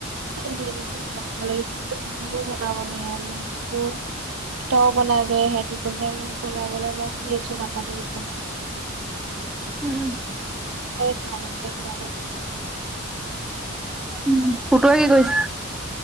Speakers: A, on the right (about 80°); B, in the centre.
A: সেই দিনটো ভাল। লাগছে যে কোনো বনাব নোৱাৰ ম বো। তই বনাগে সেতি কৈছে মোক বনাবলৈ মই শুই আছো মাথাটো বিষাইছে।
B: উম,।
A: প চ মানে কি মা নাই।
B: উ পুতুৱে কি কৈছে।